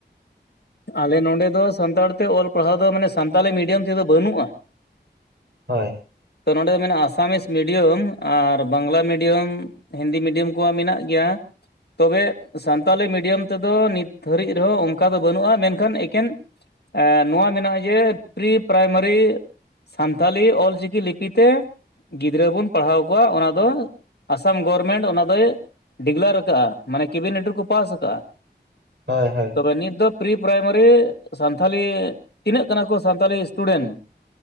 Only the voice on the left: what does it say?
ᱟᱞᱮ ᱱᱚᱰᱮ ᱫᱚ ᱥᱟᱱᱛᱟᱲ ᱛᱮ ᱚᱞ ᱯᱟᱲᱦᱟᱣ ᱫᱚ ᱢᱟᱱᱮ ᱥᱟᱱᱛᱟᱞᱤ ᱢᱤᱰᱤᱭᱟᱢ ᱛᱮᱫᱚ ᱵᱟᱹᱱᱩᱜᱼᱟ᱾
ᱛᱚ ᱱᱚᱸᱰᱮ ᱫᱚ ᱢᱮᱱᱟᱜ-ᱟ ᱟᱥᱟᱢᱤᱥ ᱢᱤᱰᱤᱭᱟᱢ ᱟᱨ ᱵᱟᱝᱞᱟ ᱢᱤᱰᱤᱭᱟᱢ ᱦᱤᱱᱫᱤ ᱢᱤᱰᱤᱭᱟᱢ ᱠᱚᱢᱟ ᱢᱮᱱᱟᱜ ᱜᱮᱭᱟ᱾ ᱛᱚᱵᱮ ᱥᱟᱱᱛᱟᱞᱤ ᱢᱤᱰᱤᱭᱟᱢ ᱛᱮᱫᱚ ᱱᱤᱛ ᱫᱷᱟᱹᱨᱤᱡ ᱨᱮᱦᱚᱸ ᱚᱱᱠᱟ ᱫᱚ ᱵᱟᱹᱱᱩᱜᱼᱟ᱾ ᱢᱮᱱᱠᱷᱟᱱ ᱮᱠᱮᱱ ᱮᱸ ᱱᱚᱣᱟ ᱢᱮᱱᱟᱜᱼᱟ ᱡᱮ ᱯᱨᱤ ᱯᱨᱟᱭᱢᱟᱨᱤ ᱥᱟᱱᱛᱷᱟᱞᱤ ᱚᱞᱪᱤᱠᱤ ᱞᱤᱯᱤ ᱛᱮ ᱜᱤᱫᱽᱨᱟᱹ ᱵᱚᱱ ᱯᱟᱲᱦᱟᱣ ᱠᱚᱣᱟ ᱚᱱᱟ ᱫᱚ, ᱟᱥᱟᱢ ᱜᱚᱨᱢᱮᱱᱴ ᱚᱱᱟ ᱫᱚᱭ ᱰᱤᱜᱽᱞᱟᱨ ᱟᱠᱟᱜᱼᱟ ᱢᱟᱱᱮ ᱠᱮᱵᱤᱱᱮᱴ ᱨᱮᱠᱚ ᱯᱟᱥ ᱟᱠᱟᱟᱜᱼᱟ᱾
ᱛᱚᱵᱮ ᱱᱤᱛ ᱫᱚ ᱯᱨᱤ ᱯᱨᱟᱭᱢᱟᱨᱤ ᱥᱟᱱᱛᱷᱟᱞᱤ ᱛᱤᱱᱟᱹᱜ ᱠᱟᱱᱟ ᱠᱚ ᱥᱟᱱᱛᱟᱞᱤ ᱥᱴᱩᱰᱮᱱᱴ